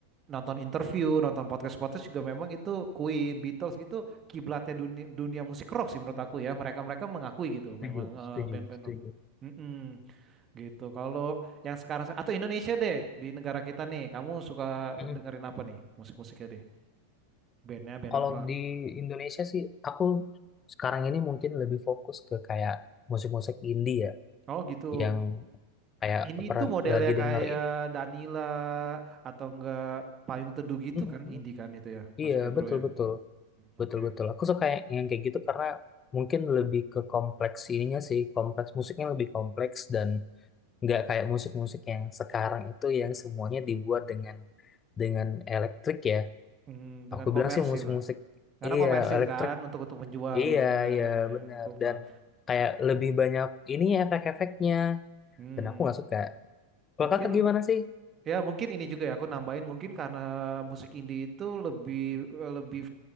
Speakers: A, on the right (about 25°); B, on the left (about 20°).
A: nonton interview, nonton podcast-podcast juga memang itu Queen, Beatles gitu kiblatnya dunia, dunia musik rock sih menurut aku ya. Mereka-mereka mengakui gitu memang
B: Setuju,
A: eh,
B: setuju,
A: band-band
B: setuju.
A: rock. Mm-mm, gitu. Kalau yang sekarang atau Indonesia deh di negara kita nih, kamu suka
B: Mm.
A: dengerin apa nih musik-musiknya deh? Bandnya band
B: Kalau
A: apa?
B: di Indonesia sih aku sekarang ini mungkin lebih fokus ke kayak musik-musik indie ya,
A: Oh gitu.
B: yang kayak
A: Ini
B: pernah
A: tuh modelnya
B: lagi
A: kayak
B: dengar ini.
A: Danila atau enggak Payung Teduh gitu
B: Mm,
A: kan,
B: mm.
A: indie kan itu ya, masuknya
B: Iya,
A: bro
B: betul
A: ya.
B: betul,
A: Hmm. Hmm, Oke.
B: betul betul. Aku suka yang, yang kayak gitu karena mungkin lebih ke kompleks ininya sih, kompleks musiknya lebih kompleks dan nggak kayak musik-musik yang sekarang itu yang semuanya dibuat dengan dengan elektrik ya
A: Hmm, dengan
B: aku bilang
A: komersil
B: sih musik-musik
A: lah. Karena
B: iya
A: komersil
B: elektrik
A: kan untuk untuk menjual
B: iya
A: ya, ya,
B: iya
A: ya, ya.
B: benar
A: Aku paham.
B: dan kayak lebih banyak ini ya efek-efeknya
A: Hmm,
B: dan aku nggak suka kalau
A: mungkin
B: kakak gimana sih
A: ya mungkin ini juga ya aku nambahin mungkin karena musik indie itu lebih lebih